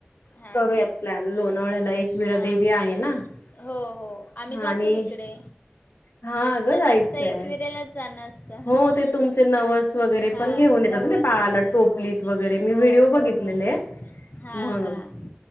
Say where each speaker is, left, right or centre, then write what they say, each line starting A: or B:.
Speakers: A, on the left; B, on the left.
A: हां
B: करूयात
A: हां
B: प्लॅन लोणावळ्याला एकविरा
A: हां
B: देवी आहे ना.
A: हो हो. आम्ही
B: हा
A: जातो
B: आणि
A: तिकडे
B: हा
A: आमचं
B: अगं जायचंय
A: जास्त एकविरेलाच जाणं असतं.
B: हो ते तुमचे नवस वगैरे
A: हां
B: पण घेऊ येतात
A: नवस
B: ना बाला
A: वगैरे
B: टोपलीत
A: हो
B: वगैरे मी
A: हो
B: व्हिडिओ
A: हो
B: बघितलेले.
A: हो हां
B: मग
A: हां